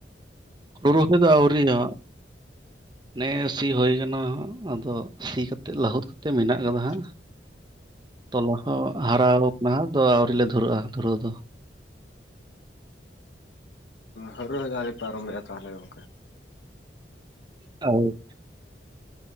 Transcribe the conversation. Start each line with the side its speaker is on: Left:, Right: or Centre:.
Right: ᱦᱩᱲᱩ ᱨᱳᱦᱚ-ᱭ ᱫᱚ ᱟᱹᱣᱨᱤᱼᱭᱟ᱾ ᱱᱮ ᱥᱤ ᱦᱳᱭ ᱠᱟᱱᱟ᱾ ᱦᱟᱜ ᱟᱫᱚ ᱥᱤ ᱠᱟᱛᱮ, ᱞᱟᱹᱦᱩᱫ ᱠᱟᱛᱮ, ᱢᱮᱱᱟ-ᱜ ᱠᱟᱫᱟ ᱦᱟᱸᱜ
Left: <inaudible>
Right: ᱛᱚᱞᱟ ᱦᱚᱸ ᱦᱟᱨᱟᱱᱟ᱾ ᱫᱚ ᱟᱹᱣᱨᱤ ᱞᱮ ᱫᱷᱽᱩᱨᱟᱹᱜᱼᱟ᱾ ᱫᱷᱽᱩᱨᱟᱹᱣ ᱫᱚ᱾
Left: ᱦᱟᱹᱨᱩ ᱜᱮ, ᱯᱮ ᱟᱨᱟᱨᱚᱢᱮᱜᱼᱟ᱾ ᱛᱟᱦᱚᱞᱮ ᱜᱚᱝᱠᱮ᱾
Right: ᱚᱸᱻ᱾